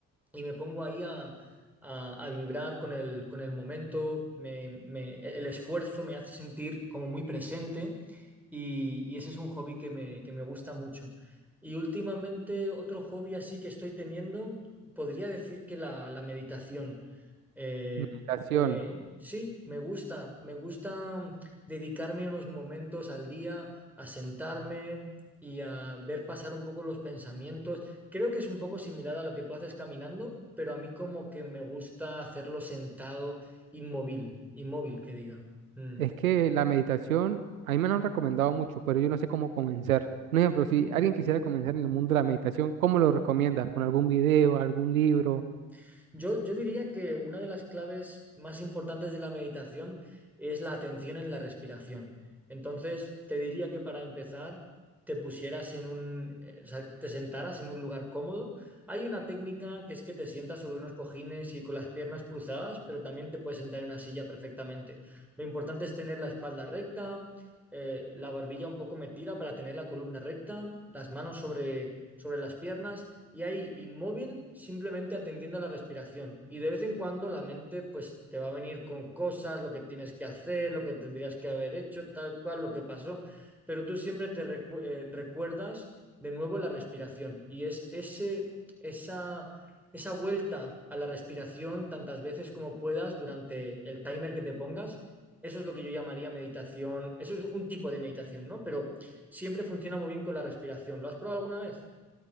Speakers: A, in the centre; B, on the right.
A: y me pongo ahí a, a- a vibrar con el, con el momento, me- me- el esfuerzo me hace sentir como muy presente y, y ese es un hobby que me, que me gusta mucho. Y últimamente otro hobby así que estoy teniendo, podría decir que la, la meditación. Eh,
B: meditación.
A: me- sí, me gusta, me gusta dedicarme unos momentos al día a sentarme y a ver pasar un poco los pensamientos Creo que es un poco similar a lo que tú haces caminando, pero a mí como que me gusta hacerlo sentado, inmóvil, inmóvil, que diga. Mm.
B: Es que la meditación, a mí me la han recomendado mucho, pero yo no sé cómo comenzar. Un ejemplo, si alguien quisiera comenzar en el mundo de la meditación, ¿cómo lo recomiendas? ¿Con algún video, algún libro?
A: Mm. Yo, yo diría que una de las claves más importantes de la meditación es la atención en la respiración. Entonces, te diría que para empezar, te pusieras en un, eh, o sea, te sentaras en un lugar cómodo. Hay una técnica que es que te sientas sobre unos cojines y con las piernas cruzadas, pero también te puedes sentar en una silla perfectamente. Lo importante es tener la espalda recta, eh, la barbilla un poco metida para tener la columna recta, las manos sobre, sobre las piernas y ahí inmóvil, simplemente atendiendo a la respiración. Y de vez en cuando la mente pues te va a venir con cosas, lo que tienes que hacer, lo que tendrías que haber hecho, tal cual, lo que pasó, pero tú siempre te recu- eh, recuerdas de nuevo la respiración y es ese, esa, esa vuelta a la respiración tantas veces como puedas durante el timer que te pongas. Eso es lo que yo llamaría meditación. Eso es un tipo de meditación, ¿no? Pero siempre funciona muy bien con la respiración. ¿Lo has probado alguna vez?